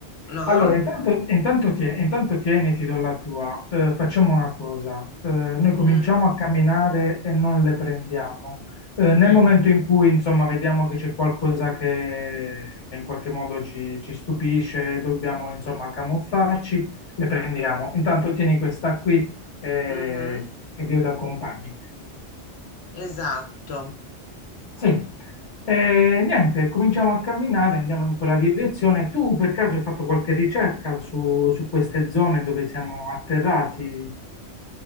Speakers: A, on the left; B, on the left.
A: No?
B: Allora, intanto, intanto, tie- intanto tieni, ti do la tua. Eh, facciamo una cosa. Eh, noi cominciamo
A: Mm,
B: a camminare e non le prendiamo. Eh, nel
A: eh,
B: momento in cui, insomma, vediamo che c'è qualcosa che, che in qualche modo ci, ci stupisce, dobbiamo, insomma,
A: mm,
B: camuffarci, le prendiamo. Intanto tieni questa qui eh,
A: mhm,
B: e che Dio ti accompagni.
A: Esatto.
B: Sì. E niente, cominciamo a camminare, andiamo in quella direzione. Tu per caso hai fatto qualche ricerca su, su queste zone dove siamo atterrati